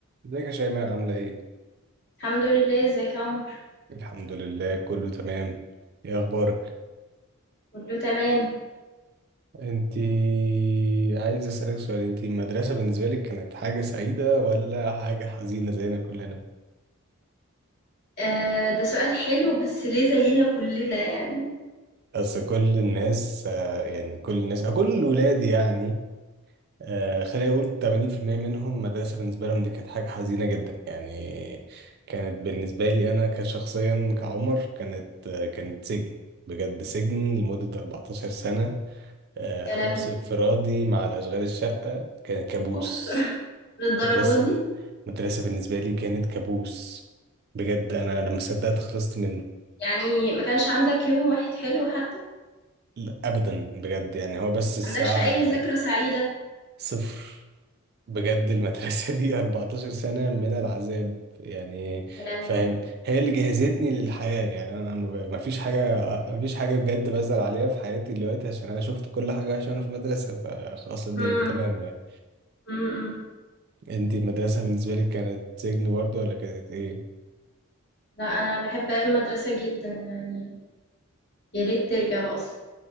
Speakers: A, on the right; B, on the left.
A: ازيك يا شيماء عاملة ايه؟
B: الحمد لله ازيك يا عمر
A: الحمد لله كله تمام ايه اخبارك؟
B: كله تمام
A: انتي عايز اسألك سؤال انتي المدرسة بالنسبة لك كانت حاجة سعيدة ولا حاجة حزينة زينا كلنا؟
B: آه ده سؤال حلو بس ليه زينا كلنا يعني
A: اصل كل الناس آه، يعني كل الناس او كل ولادي يعني آه، خليني اقول 80% منهم مدرسة بالنسبة لهم دي كانت حاجة حزينة جدا يعني كانت بالنسبة لي انا كشخصيا كعمر كانت آه، كانت سجن بجد سجن لمدة 14 سنة آه،
B: يا
A: حبس
B: لهوي
A: انفرادي مع الأشغال الشقة كان كابوس
B: اوف <laughs> للدرجة
A: مدرسة
B: دي
A: مدرسة بالنسبة لي كانت كابوس بجد أنا لما صدقت خلصت منه
B: يعني ما كانش عندك يوم واحد حلو حتى ما
A: لا، أبدا بجد يعني هو بس الساعة
B: عندكش اي ذكرى سعيدة
A: صفر بجد المدرسة دي <laughs> 14 سنة من العذاب يعني
B: يا لهوي
A: فاهم هي اللي جهزتني للحياة يعني أنا ما ب- ما فيش حاجة ما فيش حاجة بجد بزعل عليها في حياتي دلوقتي عشان أنا شفت كل حاجة عشان أنا في مدرسة فخلاص الدنيا
B: امم
A: تمام يعني
B: امم
A: انت المدرسة بالنسبة لك كانت سجن برضو ولا كانت ايه؟
B: لا انا بحب ايام المدرسة جدا يعني يا ريت ترجع اصلا